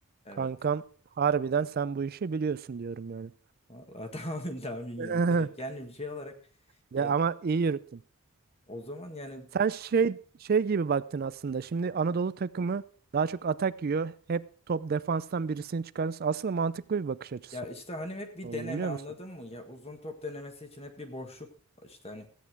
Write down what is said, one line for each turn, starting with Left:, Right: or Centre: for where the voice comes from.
Left: Evet.
Right: Kankam harbiden sen bu işi biliyorsun diyorum yani.
Left: Vallahi <laughs> tahmin tahmin
Right: <laughs>
Left: yürüterek yani bir şey olarak
Right: Ya
Left: ya
Right: ama iyi yürüttün.
Left: o zaman yani
Right: Sen şey şey gibi baktın aslında. Şimdi Anadolu takımı daha çok atak yiyor. Hep top defanstan birisini çıkarırsın. Aslında mantıklı bir bakış açısı
Left: Ya işte hani hep bir
Right: oldu
Left: deneme
Right: biliyor
Left: anladın
Right: musun?
Left: mı? Ya uzun top denemesi için hep bir boşluk işte hani